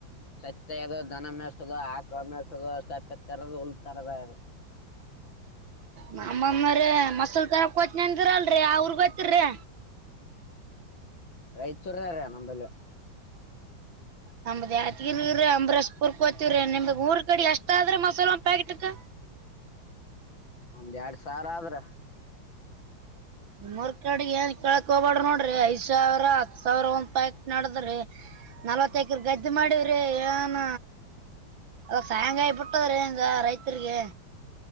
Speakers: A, on the left; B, on the right.
A: ಸತ್ಯ ಅ ದನ ಮೇಸದ ಆಕ ಮೇಸದ ನಪ್ಪತ್ತೆರ ಉಲ್ತರದು
B: ಮಾಮ್ಮಮ್ಮ್ರ ಮಸಲ್ ತರ ಕೋತ್ನೆ ಅಂದಿರಲ್ರಿ ಅವ್ರ ಗೊತ್ತರರಿ
A: ರೈಚೂರಾರ ನಂಬಲ್ಲಿ
B: ನಂಬದ್ ಯಗೀ ಅಂಬ್ರಷ್ಟ ಪೂರ್ಕೋತವ್ರಿ ನಿಮ್ದ್ ಊರ್ ಕಡೆಡಿ ಎಷ್ಟ ಆದ್ರೆ ಮಸಾಲೆ ಒಂದ್ ಪ್ಯಾಕೆಟ್ಕ್
A: ಒಂದ್ ಎರಡ್ ಸಾರ ಆದ್ರ
B: ಮೂರ್ ಕಡೆ ಏನ್ ಕಳಕ್ ಹೋಗಬಾಡ್ರ ನೋಡ್ರಿ ಐದ್ ಸಾವಿರ ಹತ್ ಸಾವಿರ ಒಂದ್ ಪ್ಯಾಕಟ್ ನಡದ್ರಿ ನಲ್ವತ್ತಕರ ಗದ್ದೆ ಮಾಡವ್ರಿ ಏನ್ ಅದ ಸಾಂಗಾಯ ಬಿಟ್ಟದ್ರಿ ರೈತರಿಗೆ